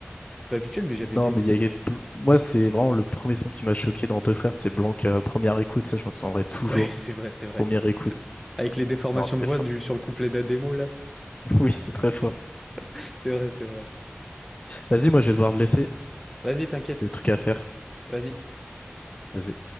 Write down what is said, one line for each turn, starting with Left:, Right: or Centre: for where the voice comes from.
Centre: C'est pas habituel, mais j'avais
Left: Non,
Centre: bien
Left: mais
Centre: aimé.
Left: il y a... moi c'est vraiment le premier son qui m'a choqué dans deux frères, c'est Blanc euh, première écoute, ça je m'en souviendrai toujours.
Centre: Ouais, <laughs> c'est vrai, c'est vrai.
Left: Première écoute.
Centre: Euh, Avec les déformations
Left: Non, c'était
Centre: de voix
Left: fort.
Centre: du, sur le couplet d'Ademo, là.
Left: <laughs> Oui, c'est très fort.
Centre: <laughs> C'est vrai, c'est vrai.
Left: Vas-y, moi, je vais devoir te laisser.
Centre: Vas-y, t'inquiète.
Left: Des trucs à faire.
Centre: Vas-y.
Left: Vas-y.